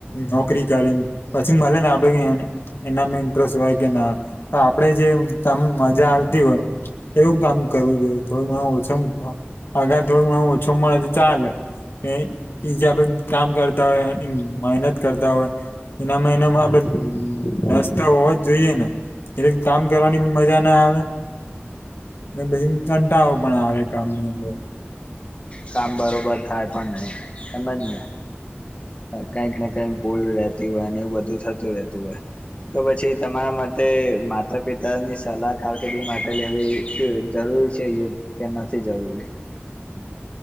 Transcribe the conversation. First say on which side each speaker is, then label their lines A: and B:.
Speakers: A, on the left (about 60°); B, on the left (about 30°).
A: નોકરી કરીન પછી મલેન આપડે ઈયોને ઈનામને ઇન્ટરેસ્ટ હોય. કે ના તો આપડે જે તમ મજા આવતી હોય એવું કામ કરવું જોઈએ થોડુંક ઘણુ ઓછો મ પગાર થોડુંક ઘણ ઓછો મળે ચાલે. એ બીજાબન કામ કરતા હોય ઈન મહેનત કરતા હોય એનામાં એનામાં આપડે રસ્તા હો જ જોઈએ ને એટલે કામ કરવાની પણ મજા ના આવે. ને બેહીન કંટાળો પણ આવે કામની અંદર.
B: કામ બરોબર થાય પણ નહી એમજ ને. કંઈક ને કંઈક ભૂલ રહેતી હોય ને એવું બધું થતું રહેતું હોય. તો પછી તમારા માટે માતા પિતાની સલાહ કારકિર્દી માટે લેવી કે- જરૂરી છે યોગ કે નથી જરૂરી.